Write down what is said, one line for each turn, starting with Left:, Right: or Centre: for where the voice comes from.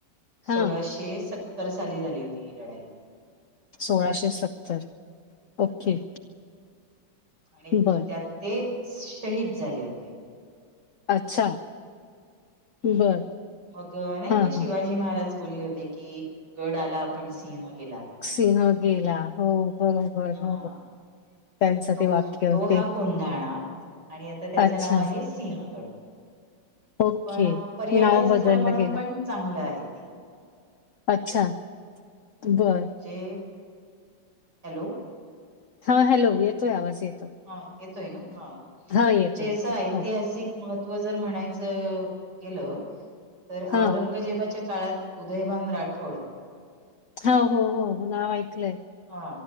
Left: हा
Right: सोळाशे सत्तर साली झाली होती ही लढाई
Left: सोळाशे सत्तर ओके
Right: हं. आणि
Left: बर
Right: त्यात ते, शहीद झाले होते.
Left: अच्छा
Right: हम्म,
Left: बरं.
Right: मग नाही
Left: हां,
Right: का
Left: हां.
Right: शिवा जी महाराज बोलले होते की, गड आला पण सिंह गेला.
Left: सिंह गेला, हो बरोबर
Right: हां.
Left: हो त्यांचं
Right: तो..
Left: ते वाक्य
Right: तो
Left: ते
Right: हा कोंढाणा, आणि आता त्याच
Left: अच्छा.
Right: नाव आहे. सिंहगड..
Left: ओके.
Right: पण.. पर्यटन
Left: नाव बदललं
Right: स्थळ म्हणून
Left: गेलं.
Right: पण चांगलं आहे ते
Left: अच्छा.. बर
Right: जे.. हॅलो!
Left: हा हॅलो येतोय आवाज, येतोय
Right: हा येतोय ना हा.. म्हणजे
Left: हां, येतोय,
Right: याच
Left: येतोय.
Right: ऐतिहासिक
Left: हो.
Right: महत्व व जर म्हणायचं. गेलं, तर
Left: हां.
Right: औरंगजेबाच्या काळात उदयभान राठोड
Left: हो हो हो नाव ऐकलंय,
Right: हा